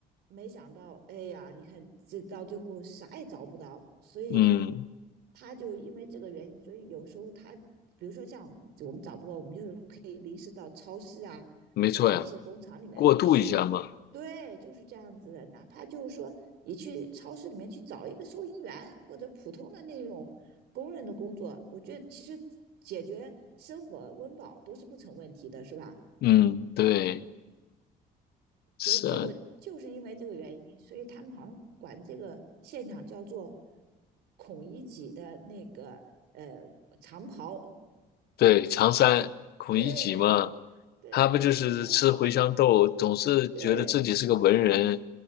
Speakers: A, on the right (about 75°); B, on the left (about 70°).
A: 没想到，哎呀，你看这到最后啥也找不到，所以呢，
B: 嗯，
A: 他就因为这个原因，所以有时候他，比如说像我们找不到，我们就可以临时到超市啊，
B: 没错呀，
A: 或者一些工厂里面去。
B: 过渡一下嘛，
A: 对，就是这样子的。哪怕就是说，你去超市里面去找一个收银员或者普通的那种工人的工作，我觉得其实解决生活温饱都是不成问题的，是吧？
B: 嗯，对，
A: 嗯，
B: 是啊，
A: 结结果就是因为这个原因，所以他们好像管这个现象叫做“孔乙己”的那个呃长袍。
B: 对，常山孔乙己嘛，
A: <laughs> 对对，
B: 他不就是吃茴香豆，
A: 是的，
B: 总是觉得自己是个文人，
A: 对